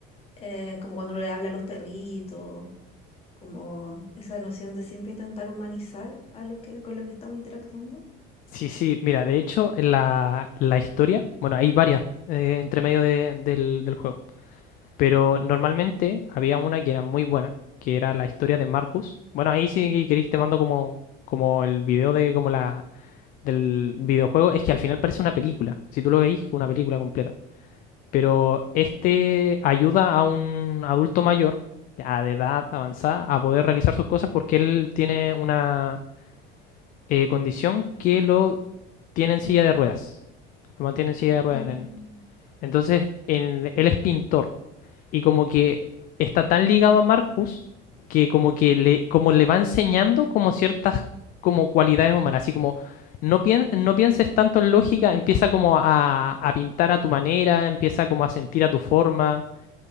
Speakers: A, on the left (about 30°); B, on the left (about 45°).
A: eh, como cuando le habla a los perritos, como esa noción de siempre intentar humanizar a lo que, con lo que estamos interactuando.
B: Sí, sí, mira, de hecho, en la, la historia, bueno, hay varias eh, entre medio de- del, del juego, pero normalmente había una que era muy buena, que era la historia de Marcus. Bueno, ahí si queréis te mando como, como el video de como la, del videojuego es que al final parece una película. Si tú lo veis, una película completa. Pero este ayuda a un adulto mayor, ya de edad avanzada, a poder realizar sus cosas porque él tiene una eh, condición que lo tiene en silla de ruedas. Lo mantiene en silla de ruedas
A: Mm,
B: en, entonces, en- él es pintor y como que está tan ligado a Marcus que como que le, como le va enseñando como ciertas como cualidades humanas, así como no, pien- no pienses tanto en lógica, empieza como a, a pintar a tu manera, empieza como a sentir a tu forma,